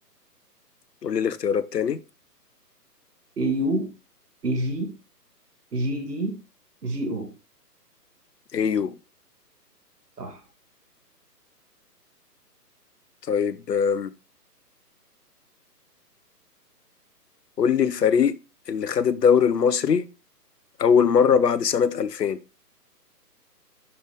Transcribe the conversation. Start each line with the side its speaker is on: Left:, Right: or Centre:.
Left: قول لي الاختيارات تاني
Right: اي يو اي جي جي دي جي او
Left: ايو
Right: صح
Left: طيب آم، قول لي الفريق اللي خد الدوري المصري اول مرة بعد سنة 2000